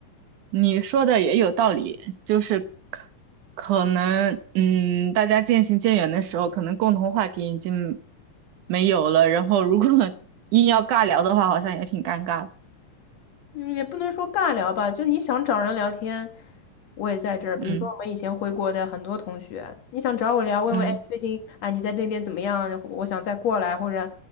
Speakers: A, on the right; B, on the left.
A: 你说的也有道理，就是可能嗯，大家渐行渐远的时候，可能共同话题已经没有了，然后如果 <laughs> 硬要尬聊的话，好像也挺尴尬的。
B: 嗯，也不能说尬聊吧，就你想找人聊天，我也在这儿。比如说我们以前回国的很多同学，
A: 嗯
B: 你想找我聊，问问，
A: 嗯
B: 哎，最近啊你在那边怎么样？我想再过来，或者